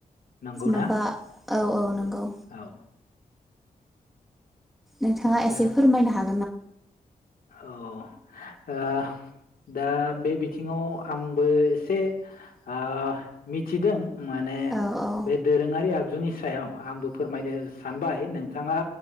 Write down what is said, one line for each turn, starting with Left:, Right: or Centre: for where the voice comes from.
Left: नंगौ
Centre: माबा
Left: ना
Centre: औ औ नंगौ
Left: औ
Centre: नोंथाङा
Left: दा
Centre: एसे फोरमायनो हा
Left: ओ अ दा बे बिथिङाव आंबो एसे ओ मिथिदों। माने
Centre: औ औ
Left: बे दोरोङारि आग जुनि सायाव आंबो फोरमायनो सानबाय नोंथाङा